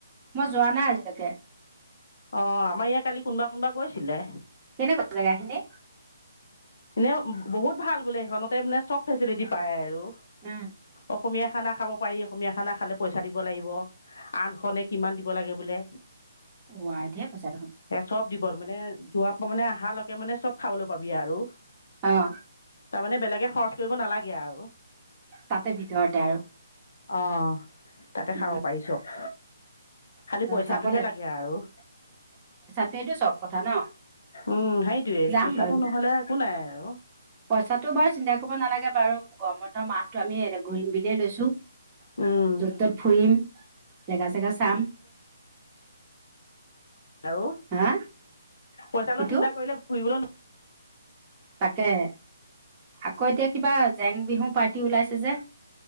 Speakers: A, on the right; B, on the left.
A: মই যোৱা নাই আজিলৈকে
B: অঁ আমাৰ ইয়াত কালি কোনোবা কোনবা গৈছিলে!
A: কেনেকুৱা জেগা খিনি
B: এনে বহুত ভাল বোলে সেইখনতে মানে চব ফেচিলিটি পায় আৰু!
A: উম
B: অসমীয়া, খানা খাব পাৰি অসমীয়া খানা খালে পইচা দিব লাগিব আনখনে কিমান দিব লাগিব। বোলে
A: ৱাই দিয়ে পইচা দেখোন ।
B: সেই চব দিব মানে যোৱা মানে অহ লকোনে চব খাবলৈাগিব পাবি আৰু।
A: অ
B: তাৰমানে বেলেগে খৰচ কৰিব নালাগে আৰু।
A: তাতে ভিতৰতে আৰু?
B: অঁ! তাতে
A: উম
B: খাব পাৰি চব, খালি পইচাটোহে
A: যাব
B: লাগে আৰু।
A: সেইটো চব কথা ন
B: উম সেইটোৱে
A: যাম
B: পইচাটো
A: বাৰু
B: নহ'লে একো নাই আৰু
A: পইচাটো বাৰু চিন্তা কৰিব নালাগে বাৰু গৰমৰ মাহটো আমি ঘূৰিম বুলিয়ে লৈছো।
B: উম
A: য'ত ত'ত ফুৰিম জেগা চেগা চাম
B: আৰু
A: হা
B: পইচা
A: সিটো
B: লও চিন্তা কৰিলে ঘুৰিবলৈ
A: তাকে আকৌ এতিয়া কিবা জেং, বিহু পাৰ্টি ওলাইছে যে